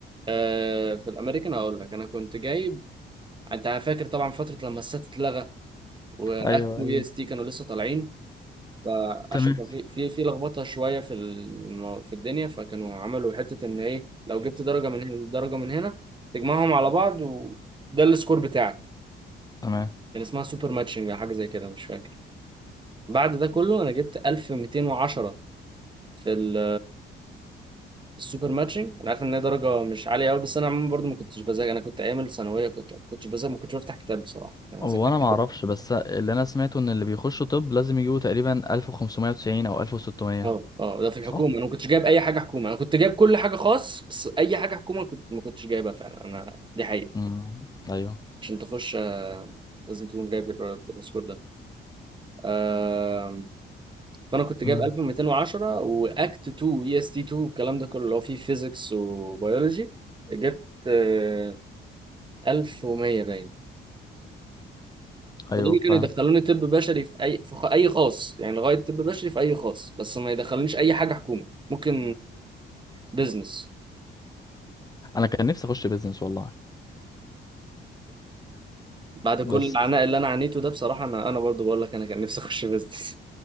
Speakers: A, on the right (about 25°); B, on the left (about 20°).
A: آه في الامريكان هقول لك انا كنت جايب انت فاكر طبعا فتره لما السات اتلغى واكت
B: ايوه
A: واي
B: ايوه
A: اس تي كانوا لسه طالعين فعشان
B: تمام
A: كان في في في لخبطه شويه في الم- في الدنيا فكانوا عملوا حته ان ايه لو جبت درجه من هنا ودرجه من هنا تجمعهم على بعض وده السكور بتاعك
B: تمام
A: كان اسمها سوبر ماتشنج او حاجه زي كده مش فاكر بعد ده كله انا جبت 1210 في ال- السوبر ماتشنج انا عارف ان هي درجه مش عاليه قوي بس انا عموما برضو ما كنتش بذاكر انا كنت ايام الثانويه كنت ما كنتش بذاكر ما كنتش بفتح كتاب بصراحه انا
B: هو
A: ذاكرت
B: انا ما اعرفش بس اللي انا سمعته ان اللي بيخشوا طب لازم يجيبوا تقريبا 1590 او 1600
A: اه اه ده في الحكومه
B: صح؟
A: انا ما كنتش جايب اي حاجه حكومه انا كنت جايب كل حاجه خاص بس اي حاجه حكومه كنت ما كنتش جايبها فعلا انا دي حقيقه
B: امم ايوه
A: عشان تخش آه، لازم تكون جايب ال- السكور ده آه فانا كنت جايب
B: امم
A: 1210 واكت 2 اي اس تي 2 والكلام ده كله اللي هو فيه فيزيكس وبيولوجي جبت آه 1100 باين
B: ايوه
A: فدول
B: فاهم
A: كانوا يدخلوني طب بشري في اي في خ- اي خاص يعني لغايه طب بشري في اي خاص بس ما يدخلونيش اي حاجه حكومه ممكن بزنس
B: انا كان نفسي اخش بيزنس والله
A: بعد
B: بس
A: كل العناء اللي انا عانيته ده بصراحه انا انا برضو بقول لك انا كان نفسي اخش بيزنس